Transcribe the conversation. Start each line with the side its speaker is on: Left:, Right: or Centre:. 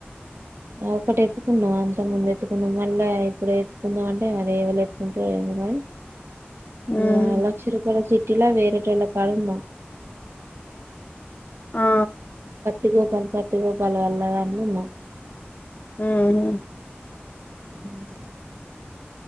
Right: ఒకటి ఎత్తుకుందాం అంత ముందు ఎత్తుకుందాం మళ్ళా ఇప్పుడు ఎత్తుకునేది అంటే ఎలేవాళ్ళూ ఎత్తుకుంటారు ఏమో కానీ
Left: ఉమ్
Right: ఆ లక్ష రూపాయల సిట్ కిల వెరెటొల్ల కాడవున్నాయ్
Left: ఆ
Right: ఇగో కనబడ్తయో ఒకాల కనబడదని ఉన్నా
Left: ఉమ్ హు
Right: ఉమ్